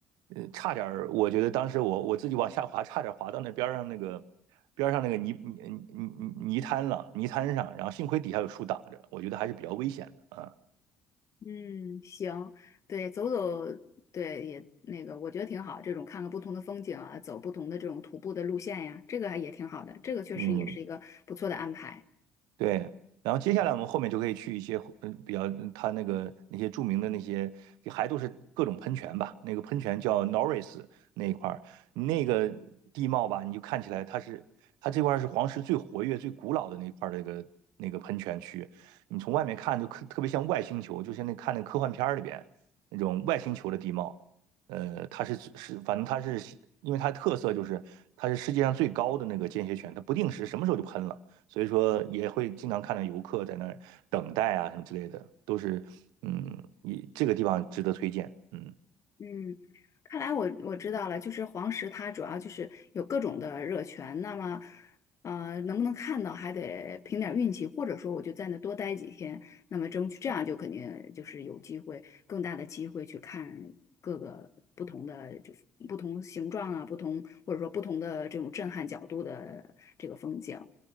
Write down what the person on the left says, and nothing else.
嗯，行，对，走走，对，也那个，我觉得挺好。这种看看不同的风景啊，走不同的这种徒步的路线呀，这个还也挺好的。这个确实也是一个不错的安排。
嗯，看来我我知道了，就是黄石它主要就是有各种的热泉，那么，呃，能不能看到还得凭点儿运气，或者说我就在那多待几天，那么争取这样就肯定就是有机会，更大的机会去看各个不同的就是不同形状啊，不同或者说不同的这种震撼角度的这个风景。